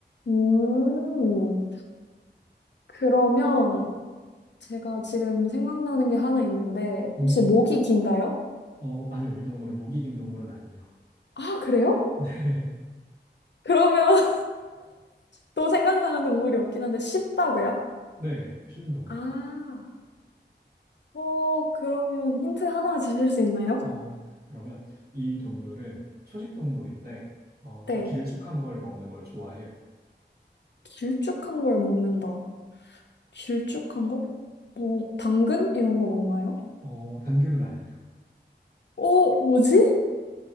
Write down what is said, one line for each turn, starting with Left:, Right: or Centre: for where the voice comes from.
Left: 음, 그러면 제가 지금 생각나는 게 하나 있는데,
Right: 오.
Left: 혹시 목이 긴가요?
Right: 어, 아니요, 이 동물은 목이 긴 동물은 아니에요.
Left: 아, 그래요?
Right: <laughs>
Left: 그러면 <laughs> 또 생각나는 동물이 없긴 한데, 쉽다고요?
Right: 네, 쉬운 동물이에요.
Left: 아, 어, 그러면 힌트 하나 주실 수 있나요?
Right: 어, 그러면 이 동물은 초식 동물인데, 어, 좀
Left: 네,
Right: 길쭉한 걸 먹는 걸 좋아해요.
Left: 길쭉한 걸 먹는다. 길쭉한 거? 뭐, 당근? 이런 거 먹나요?
Right: 어, 당근은 아니에요.
Left: 오, 뭐지?